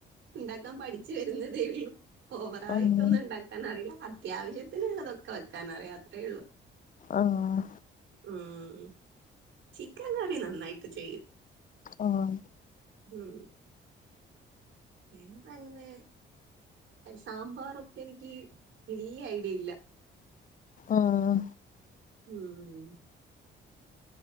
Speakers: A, on the right; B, on the left.
A: ഇണ്ടാക്കാൻ പഠിച്ചു വരുന്നതേ ഒള്ളൂ ഓവറായിട്ടൊന്നും
B: ആ
A: ഇണ്ടാക്കാനറിയില്ല അത്യാവശ്യത്തിനുള്ളതൊക്കെ വെക്കാനറിയാം അത്രേ ഒള്ളൂ.
B: ആഹ്
A: ഉം ചിക്കൻ കറി നന്നായിട്ട് ചെയ്യും
B: ആഹ്
A: ഉം വേറെ അങ്ങനെ സാമ്പാർ ഉപ്പേരിക്ക് എനിക്ക് വെല്ല്യ ഐഡിയില്ല.
B: ആഹ്
A: ഊം